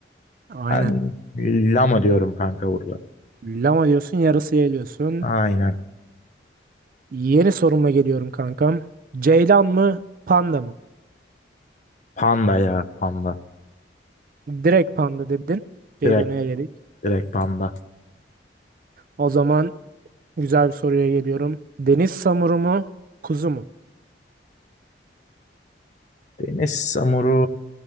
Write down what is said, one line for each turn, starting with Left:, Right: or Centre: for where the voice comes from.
Right: Aynen.
Left: Ben lama diyorum kanka burada.
Right: Lama diyorsun yarısı geliyorsun.
Left: Aynen.
Right: Yeni soruma geliyorum kankam. Ceylan mı panda mı?
Left: Panda ya panda.
Right: Direkt panda dedin. Ceylan'ı
Left: Direkt
Right: eledik.
Left: direkt panda.
Right: O zaman güzel bir soruya geliyorum. Deniz samuru mu kuzu mu?
Left: Deniz samuru.